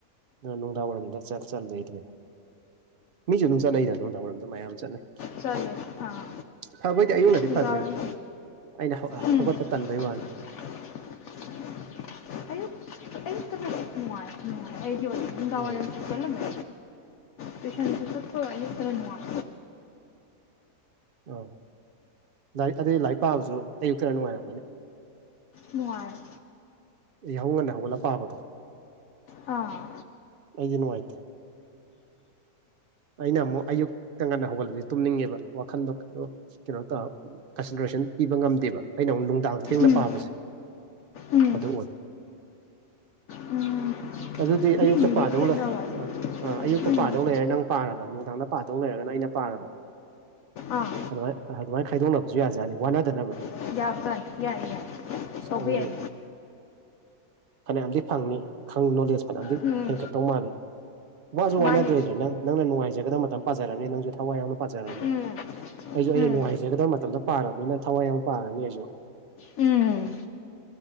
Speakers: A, on the right; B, on the left.
A: ꯑꯗꯨꯅ ꯅꯨꯡꯗꯥꯡ ꯋꯥꯏꯔꯝꯗ ꯆꯠ ꯆꯠꯂꯦ ꯑꯩꯗꯤꯅꯦ ꯃꯤꯁꯨ ꯑꯗꯨꯝ ꯆꯠꯅꯩꯗꯅ ꯅꯨꯡꯗꯥꯡ ꯋꯥꯏꯔꯝꯗ ꯃꯌꯥꯝ ꯆꯠꯅꯩ
B: ꯆꯠꯂꯦ ꯑꯥ
A: ꯐꯕꯩꯗꯤ ꯑꯌꯨꯛꯅꯗꯤ
B: ꯅꯨꯡꯗꯥꯡꯋꯥꯏꯔꯝ
A: ꯐꯗꯣꯏꯅꯤ ꯑꯩꯅ ꯍꯧ ꯑ
B: ꯎꯝ
A: ꯍꯧꯒꯠꯄ ꯇꯟꯕꯩ ꯋꯥꯅꯤ
B: <unintelligible> ꯑꯌꯨꯛ ꯑꯌꯨꯛꯇꯅ ꯅꯨꯡꯉꯥꯏ ꯅꯨꯡꯉꯥꯏ ꯑꯩꯒꯤ ꯑꯣꯏꯅꯗꯤ ꯅꯨꯡꯗꯥꯡ
A: ꯎꯝ
B: ꯋꯥꯏꯔꯝ ꯆꯦꯜꯂꯝꯃꯦ ꯇꯨꯏꯁꯟꯁꯨ ꯆꯠꯄꯒ ꯑꯌꯨꯛꯇꯅ ꯅꯨꯡꯉꯥꯏ
A: ꯑ ꯂꯥꯏꯔꯤꯛ ꯑꯗꯨꯗꯤ ꯂꯥꯏꯔꯤꯛ ꯄꯥꯕꯖꯨ ꯑꯌꯨꯛꯇꯅ ꯅꯨꯡꯉꯥꯏꯔꯝꯒꯅꯤ
B: ꯅꯨꯉꯥꯏ
A: ꯌꯥꯍꯧ ꯉꯟꯅ ꯍꯧꯒꯠꯂ ꯄꯥꯕꯗꯣ
B: ꯑꯥ
A: ꯑꯩꯗꯤ ꯅꯨꯡꯉꯥꯏꯇꯦ ꯑꯩꯅ ꯑꯃꯨꯛ ꯑꯌꯨꯛꯇ ꯉꯟꯅ ꯍꯧꯒꯠꯂꯗꯤ ꯇꯨꯝꯅꯤꯡꯉꯦꯕ ꯋꯥꯈꯟꯗꯣ ꯀꯩꯅꯣ ꯇꯧꯔ ꯀꯟꯁꯦꯟꯇ꯭ꯔꯦꯁꯟ ꯄꯤꯕ ꯉꯝꯗꯦꯕ ꯑꯩꯅ ꯑꯃꯨꯛ ꯅꯨꯡꯗꯥꯡ ꯊꯦꯡꯅ
B: ꯎꯝ
A: ꯄꯥꯕꯁꯦ
B: ꯎꯝ
A: ꯑꯗꯨ ꯑꯣꯏ
B: ꯎꯝ
A: ꯑꯗꯨꯗꯤ
B: ꯃꯤ
A: ꯑꯌꯨꯛꯇ
B: ꯃꯤꯒꯤ
A: ꯄꯥꯗꯧꯅꯦ
B: ꯈꯦꯠꯅꯕ ꯑꯗꯨꯝ
A: ꯑꯥ ꯑ ꯑꯌꯨꯛꯇ ꯄꯥꯗꯧ
B: ꯎꯝ
A: ꯂꯩꯔ ꯅꯪ ꯄꯥꯔꯕ ꯅꯨꯡꯗꯥꯡꯗ ꯄꯥꯗꯧ ꯂꯩꯔꯒꯅ ꯑꯩꯅ ꯄꯥꯔꯕ
B: ꯑꯥ
A: ꯑꯗꯨꯃꯥꯏ ꯑꯗꯨꯃꯥꯏ ꯈꯥꯏꯗꯣꯛꯅꯕꯖꯨ ꯌꯥꯖꯥꯠꯅꯤ ꯋꯥꯅꯗꯅꯕ
B: <unintelligible> ꯌꯥꯏ ꯌꯥꯏ ꯇꯧꯕ
A: ꯑꯗꯨꯗꯤ
B: ꯌꯥꯏ
A: ꯐꯅꯌꯥꯝꯗꯤ ꯐꯪꯅꯤ ꯈꯪ ꯅꯣꯂꯦꯖ ꯐꯅꯌꯥꯝꯗꯤ
B: ꯎꯝ
A: ꯍꯦꯟꯒꯠꯇꯧ ꯃꯥꯜꯂꯤ ꯋꯥꯁꯨ ꯋꯥꯅꯗ꯭ꯔꯦꯗ꯭ꯔꯥ
B: ꯃꯥꯅꯦ
A: ꯅꯪ ꯅꯪꯅ ꯅꯨꯡꯉꯥꯏꯖꯒꯗꯕ ꯃꯇꯝ ꯄꯥꯖꯔꯅꯤ ꯅꯪꯁꯨ ꯊꯋꯥꯏ ꯌꯥꯎꯅ ꯄꯥꯖꯔꯅꯤ
B: ꯎꯝ
A: ꯑꯩꯖꯨ ꯑꯩꯅ
B: ꯎꯝ
A: ꯅꯨꯡꯉꯥꯏꯖꯒꯗꯕ ꯃꯇꯝꯗ ꯄꯥꯔꯕꯅꯤꯅ ꯊꯋꯥꯏ ꯌꯥꯝ ꯄꯥꯔꯅꯤ ꯑꯩꯖꯨ
B: ꯎꯝ